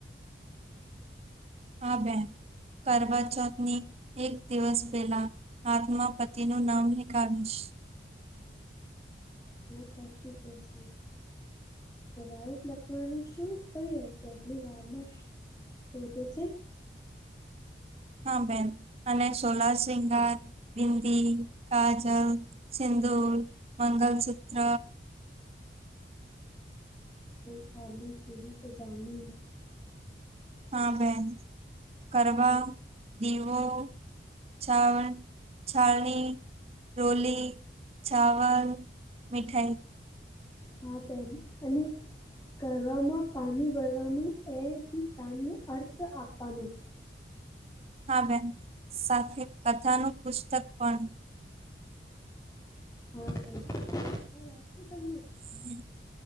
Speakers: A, on the right; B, on the left.
A: આ બેન કરવા ચોકની એક દિવસ પહેલા આત્મા પતિ નું નામ લેખાવીશ.
B: હા સાચી કેસું. <unintelligible> લખવાનું શું કોઈ કેટલી વારમાં શોધે છે.
A: હા બેન અને સોલા શિંગાર બિંદી, કાજલ, સિંદૂર, મંગલસૂત્ર
B: થાળી કેવી સજાવણી.
A: હા બેન કરવા દીવો છાવ છાલણી રોલી, ચાવલ, મિઠાઈ
B: હા બેન અને કરવામાં પાણી ભરવાનું એથી ચાંદને અર્થ આપવાનું.
A: હા બેન સાથે કથા નું પુસ્તક પણ
B: હા બેન બધા યાદ છે તમને?
A: હમ